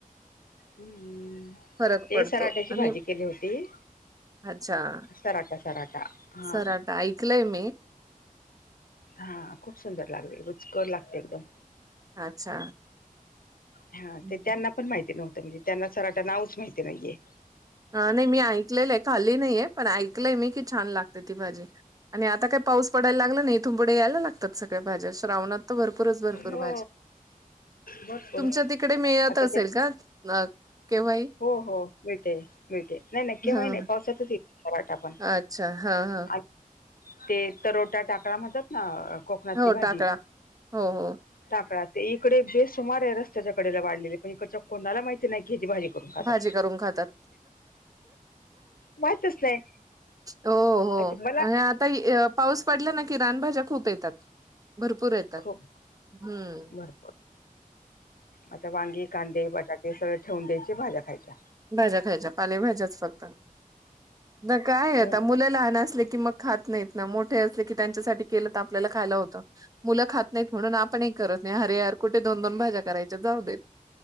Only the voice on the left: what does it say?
हम्म
ते
सराट्याची
भाजी केली होती
सराटा सराटा हा
हा खूप सुंदर लागते रुचकर लागते एकदम
हा
ते त्यांना पण माहिती नव्हतं म्हणजे त्यांना सराटा नावच माहिती नाहीये
हो
भरपूर
आता
ते
हो हो मिळते मिळते नाही नाही केव्हाही
नाही पावसातच ये <unintelligible> वाटा पण
आणि ते तरोटा टाकळा म्हणतात ना अ कोकणातली
भाजी
टाकळा ते इकडे बेसुमार ये रस्त्याच्याकडेला वाढलेले पण इकडच्या कोणाला माहिती नाय की ह्याजी भाजी करून खातात.
माहितच नाही
आता मला
खूप
भरपूर आता वांगे, कांदे, बटाटे सगळे ठेवून द्यायचे भाज्या खायच्या.
हो